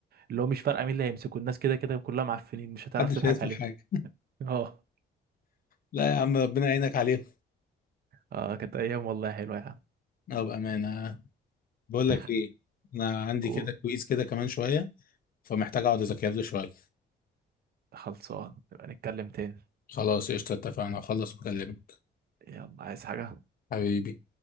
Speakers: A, on the right; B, on the left.
A: اللي هو مش فارقه مين اللي هيمسكوا الناس كده كده كلها معفنين مش هتعرف
B: محدش
A: تضحك
B: هيدفع
A: عليهم
B: حاجه
A: <laughs> اه
B: لا يا عم ربنا يعينك عليهم
A: اه كانت ايام والله حلوه يا عم
B: اه بامانه بقول
A: <laughs>
B: لك ايه انا عندي
A: قول
B: كده كويز كده كمان شويه فمحتاج اقعد اذاكر له شويه
A: خلصان نبقى نتكلم تاني
B: خلاص قشطه اتفقنا اخلص واكلمك
A: يلا عايز حاجه
B: حبيبي